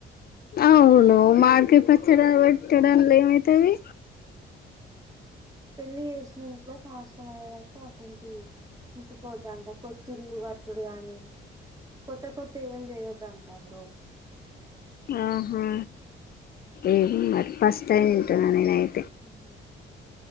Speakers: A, on the left; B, on the right.
A: అవును మ కె పచ్చడా పెట్టడంలో ఏమైతది
B: పెళ్ళి చేసు <unintelligible> అంటు ముట్టికోద్దంట కొతిల్లు కట్టుడు గానీ కొత్త కొత్త ఏం చేయొద్దంట బ్రో
A: ఆహా ఏం మరి ఫస్ట్ టైమ్ వింటున్నా నేను అయి
B: మ్మ్ హు